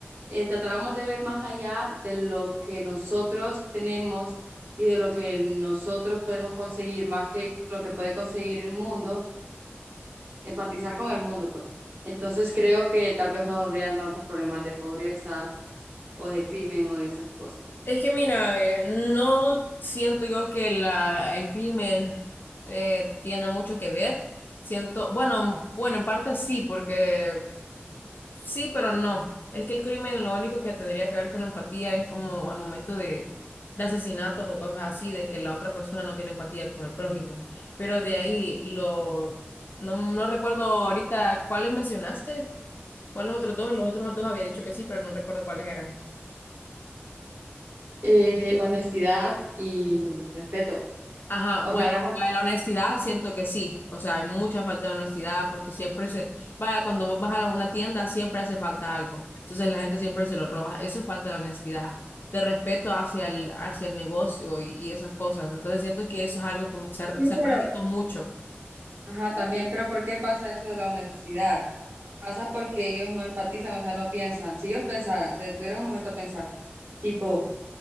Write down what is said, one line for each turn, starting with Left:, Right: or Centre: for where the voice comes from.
Right: eh, tratáramos de ver más allá de lo que nosotros tenemos y de lo que nosotros podemos conseguir, más que lo que puede conseguir el mundo, empatizar con el mundo, pues. Entonces creo que tal vez no habrían tantos problemas de pobreza o de crimen o de esas cosas.
Left: Es que mira, ve, no siento yo que la, el crimen eh, tiene mucho que ver. Siento, bueno, bueno, en parte sí, porque Sí, pero no. Es que el crimen lo único que tendría que ver con la empatía es como al momento de, de asesinatos o cosas así, de que la otra persona no tiene empatía con el prójimo. Pero de ahí, lo, no, no recuerdo ahorita cuáles mencionaste, cuáles otros dos, los otros dos había dicho que sí, pero no recuerdo cuáles eran.
Right: Eh, honestidad y respeto.
Left: Ajá,
Right: O
Left: bueno,
Right: me hablas.
Left: la de la honestidad siento que sí, o sea, hay mucha falta de honestidad porque siempre se, vaya, cuando vos vas a la- una tienda siempre hace falta algo, entonces la gente siempre se lo roba, eso es falta de honestidad, de respeto hacia el, hacia el negocio y, y esas cosas, entonces siento que eso es algo que se ha,
Right: Sí,
Left: se ha
Right: pero,
Left: perdido mucho.
Right: ajá, también, pero ¿por qué pasa eso de la honestidad? Pasa porque ellos no empatizan, o sea, no piensan. Si ellos pensaran, se detuvieran un momento a pensar, tipo,